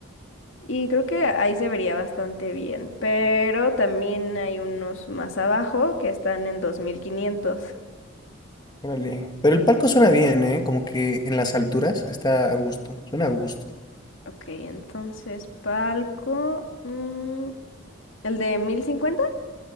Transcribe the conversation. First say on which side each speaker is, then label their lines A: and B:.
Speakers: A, on the left; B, on the left.
A: Y creo que ahí se vería bastante bien, pero también hay unos más abajo que están en dos mil quinientos
B: Órale. Pero el palco suena bien, ¿eh? Como que en las alturas está a gusto. Suena a gusto.
A: Ok, entonces palco. mm, ¿el de mil cincuenta